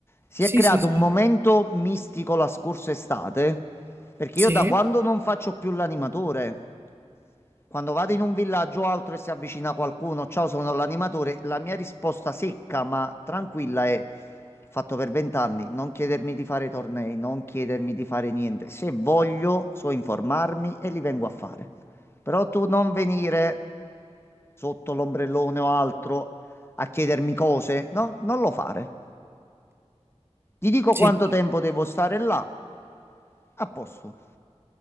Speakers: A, on the left (about 20°); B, on the right (about 20°).
A: Si
B: Sì,
A: è creato
B: sì, sì,
A: un momento mistico la scorsa estate perché
B: sì,
A: io da quando non faccio più l'animatore. Quando vado in un villaggio o altro e si avvicina qualcuno, ciao, sono l'animatore, la mia risposta secca ma tranquilla è fatto per vent'anni, non chiedermi di fare tornei, non chiedermi di fare niente. Se voglio, so informarmi e li vengo a fare. Però tu non venire sotto l'ombrellone o altro a chiedermi cose, no, non lo fare. Ti dico
B: sì,
A: quanto tempo devo stare là, a posto.